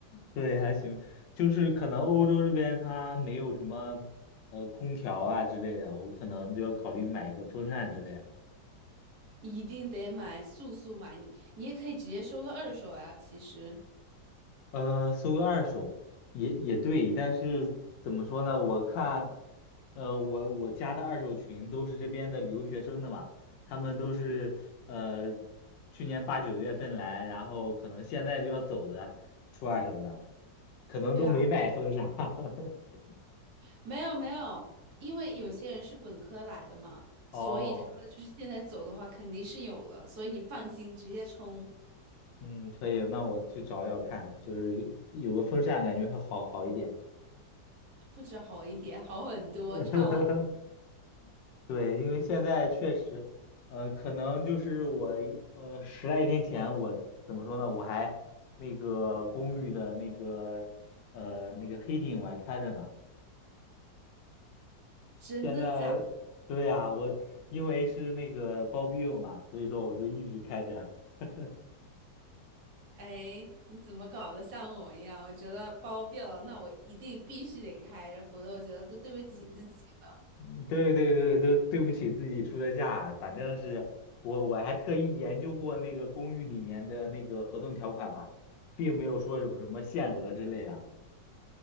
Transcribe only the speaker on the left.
对，还行，就是可能欧洲这边它没有什么呃空调啊之类的，我可能就要考虑买一个风扇之类的
呃，搜个二手也也对，但是怎么说呢？我看，呃，我我加的二手群都是这边的留学生的嘛，他们都是呃去年八九月份来，然后可能现在就要走的，出二手的，可能都没买风扇。
<laughs>
哦。
嗯，可以，那我去找找看，就是有个风扇，感觉会好好一点。
<laughs>
对，因为现在确实，呃，可能就是我一呃十来天前，我怎么说呢？我还那个公寓的那个呃那个黑顶我还开着呢。
现在，对呀，我因为是那个包庇嘛，所以说我就一直开着。<laughs>
嗯，对对对，都对不起自己出的价，反正是我我还特意研究过那个公寓里面的那个合同条款嘛，并没有说有什么限额之类的。